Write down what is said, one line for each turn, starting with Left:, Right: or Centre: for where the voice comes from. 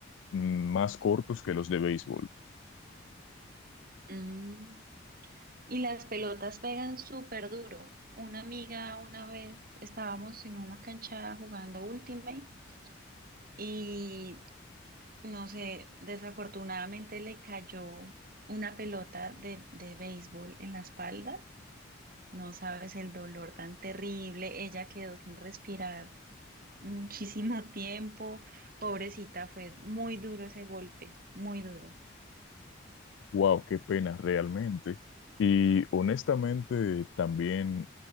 Left: mm, más cortos que los de béisbol.
Right: Mm, Y las pelotas pegan súper duro. Una amiga una vez estábamos en una cancha jugando Ultimate y no sé, desafortunadamente le cayó una pelota de, de béisbol en la espalda No sabes el dolor tan terrible. Ella quedó sin respirar muchísimo <laughs> tiempo. Pobrecita, fue muy duro ese golpe, muy duro.
Left: Wow, qué pena realmente. Y honestamente, también